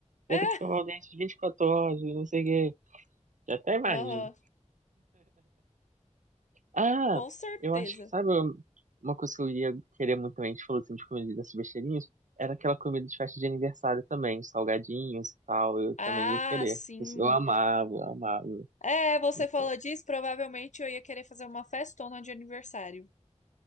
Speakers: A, on the right; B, on the left.
A: Vai
B: É,
A: ter que escovar o dente de 24 horas, não sei o quê. Já até imagino.
B: aham,
A: Ah,
B: com certeza.
A: eu acho que, sabe, um, uma coisa que eu iria querer muito também, a gente falou assim, de comida dessas besteirinhas, era aquela comida de festa de aniversário também, salgadinhos e tal, eu
B: Ah,
A: também ia querer.
B: sim.
A: Eu amava, eu amava.
B: É, você
A: Então,
B: falou disso, provavelmente eu ia querer fazer uma festona de aniversário.